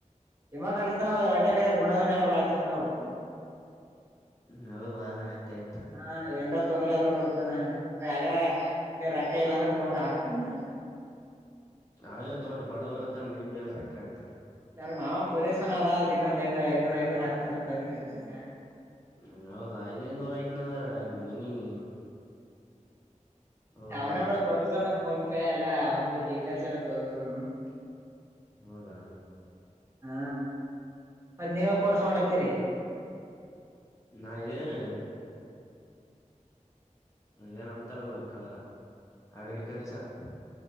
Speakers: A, on the right; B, on the left.
A: ನಿಮಾಗ ಕಡಿಸತಾನ ಅಟೆಕರೆ ಗುಣದ ನೆಲ್ಲ ಬಾ ಚಂದ ಅವು
B: ಹೌದ ಆಯ್ತಾಯಯ್ತು
A: ಹಾ ಏನ್ರ ತೊಂದ್ರೆ ಆದ್ರರು ಬರ್ತಾನಗಾರ ರೊಕ್ಕ ಇಲ್ಲಾಂದ್ರೆ ಫೋನ್ ಹಾಕ್ತಾನ
B: ಅವೇ ದೊಡ್ಡ ಬಡವರ್ತಾನ ನಿಮ್ಗೆ ಎಲ್ ರೊಕ್ಕ ಆಗ್ತಾನ
A: ಯಾರು ಮಾಮ ಪೋಲೀಸನಾರ ದಿನೊಂದ್ ಐನ ಐನೂರ ಐನೂರು ಹಾಕ್ತಾನ ಅಂತನಿಖರ್ಚಿಗ
B: ಹ್ಮ ಹೌದಾ ಐದ್ೈದನೂರ ಆಯ್ತನದಾರ ಅಲ್ಲಿ ಮನಿ <unintelligible> ಅವ್ರ
A: ಅವನಳ ತೋರ್್ದ ನಂಗ ಫೋನ್ ಪೇ ಎಲ್ಲಾ ಒಂದು ಡೀಟೇಲ್ಸ್ ಎಲ್ಲ ತೋರ್್ದನು <unintelligible>
B: ಹೌದಾ
A: ಹಾ ಮತ್ತ ನೀವ ಕೋರ್ಸ್ ಮಾಡತ್ತೀರಿ
B: ನಾ ಇದಾರ ಮಜೇನ ಅಂತಾರಲ್ಲ ಕ ಅಗ್ರಿಕಲ್ಚರ್